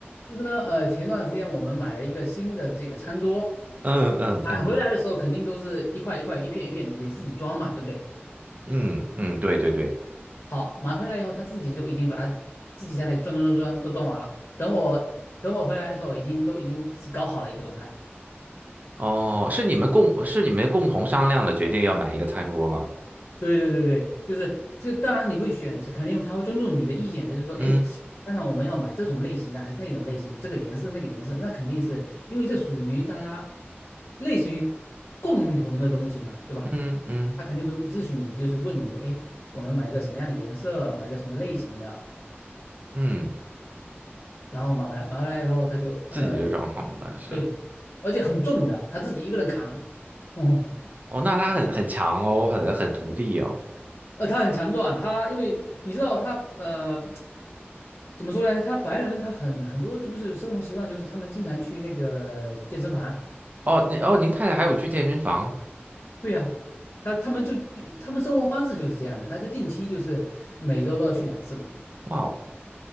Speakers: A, on the left; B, on the right.
A: 就是呢，呃，前段时间我们买了一个新的这个餐桌，
B: 嗯嗯，餐桌。
A: 买回来的时候肯定都是一块一块、一片一片，你得自己装嘛，对不对？
B: 嗯嗯，对对对。
A: 好，买回来以后他自己就已经把它自己在那里装装装装都装完了。等我等我回来的时候，已经都已经是搞好了一个状态。
B: 哦，是你们共是你们共同商量了决定要买一个餐桌吗？
A: 对对对对，就是这个当然你会选，肯定他会尊重你的意见，就是说，哎，
B: 嗯
A: 看看我们要买这种类型的还是那种类型，这个颜色那个颜色，那肯定是因为这属于大家类似于共同的东西嘛，对吧？
B: 嗯嗯
A: 他肯定会咨询你，就是问你说，哎，我们买一个什么样的颜色，买一个什么类型的，
B: 嗯，
A: 然后买回来，买回来以后他就呃，
B: 自己就装好了，是。
A: 对，而且很重的，他自己一个人扛，<laughs> 嗯，
B: 哦，那他很很强哦，很很独立哦。
A: 呃，他很强壮，他因为你知道他呃。怎么说呢？他白人他很很多就不是生活习惯，就是他们经常去那个健身房。
B: 哦，你哦，您太太还有去健身房？
A: 对呀、他他们就他们生活方式就是这样的，他就定期就是每周都要去两次嘛，
B: 哇哦，